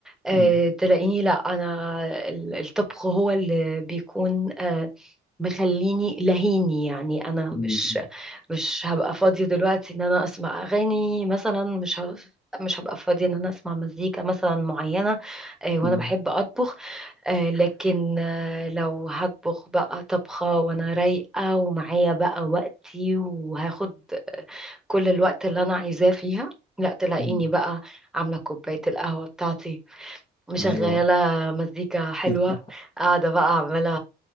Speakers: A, in the centre; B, on the left.
A: آه
B: مم.
A: تلاقيني لا انا ال- الطبخ هو اللي بيكون آه، مخليني لهيني يعني انا مش
B: مم.
A: مش هبقى فاضية دلوقتي ان انا اسمع اغاني مثلا مش ه... مش هبقى فاضية ان انا اسمع مزيكا مثلا معينة آه، وانا
B: مم.
A: بحب اطبخ آه، لكن آه، لو هطبخ بقى طبخة وانا رايقة ومعايا بقى وقتي وهاخد كل الوقت اللي انا عايزاه فيها لا تلاقيني
B: مم.
A: بقى عاملة كوباية القهوة بتاعتي مشغلة
B: ايوه
A: مزيكا حلوة
B: <laughs>
A: قاعدة بقى عمالة